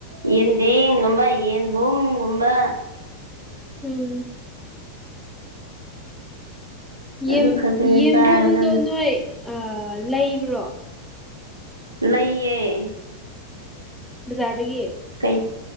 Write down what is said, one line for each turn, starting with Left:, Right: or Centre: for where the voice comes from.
Right: ꯌꯦꯟꯗꯤꯝ ꯒꯨꯝꯕ ꯌꯦꯟꯕꯨꯡꯒꯨꯝꯕ
Centre: ꯎꯝ ꯌꯦꯝ
Right: ꯑꯗꯨ ꯈꯛꯇꯅꯦ
Centre: ꯌꯦꯟꯕꯨꯝꯗꯣ
Right: ꯆꯥꯔꯒ
Centre: ꯅꯣꯏ ꯑ ꯂꯩꯕ꯭ꯔꯣ
Right: ꯂꯩꯌꯦ
Centre: ꯕꯖꯥꯔ ꯗꯒꯤ
Right: ꯀꯩ